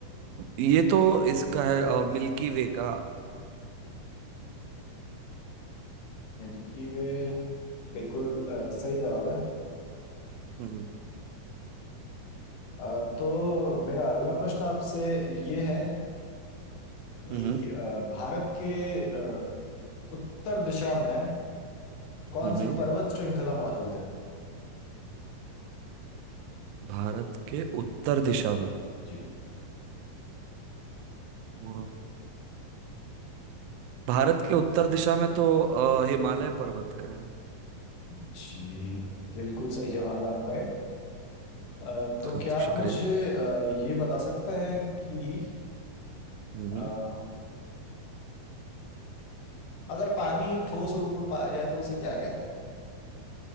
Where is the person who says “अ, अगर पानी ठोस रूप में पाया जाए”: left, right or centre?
Left